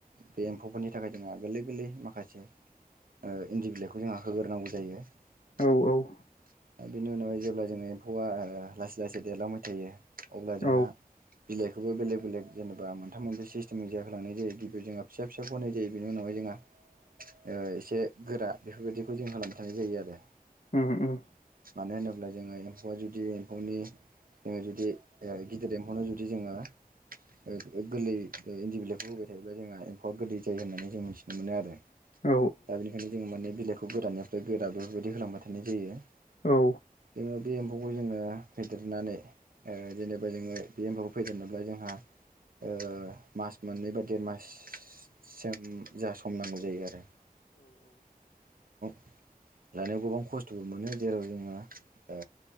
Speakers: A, on the right; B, on the left.
A: बे एम्फौफोरनि थाखाय जोंहा गोरलै गोरलै माखासे ओ इन्दि बिलाइखौ जोंहा होग्रोनांगौ जायो <inaudible>
B: औ
A: बिनि उनावाय जेब्ला जोङो एम्फौआ ओ लासै लासै देरलांबाय थायो अब्ला जोंहा
B: औ
A: बिलाइ खौबो बेलेग बेलेग जेनेबा मोनथाम मोननसे सिस्टेम जाहोलांनाय जायो गिबियाव जोंहा फिसा फिसाखौ होनाय जायो बेनि उनावहाय जोंहा ओ एसे गोरा बेफोरबायदिखौ जों खालामबाय थानाय जायो आरो
B: उम उम
A: <inaudible> मानो होनोब्ला जोङो एम्फौआ जुदि एम्फौनि जोङो जुदि ओ गिदिर एम्फौनो जुदि जोङो गोरलै इन्दि बिलाइखौ होबाय थायोब्ला जोंहा एम्फौआ गोरलै जायो होननानै जों मिथिनो मोनो आरो
B: औ
A: दा बेखायनो जों माने बिलाइखौ बे गोरानिफ्राय गोरा बेफोरबायदि होलांबाय थानाय जायो
B: औ
A: जोङो बे एम्फौखौ जोङो फेदेरनानै ओ जेनेबा जोङो बे एम्फौखौ फेदेरनोब्ला जोंहा ओ मास मोननै बा देर माससिम जा सम नांगौ जायो आरो <unintelligible> लानायाव गोबां खस्थ'बो मोनो जेराव जोङो ओ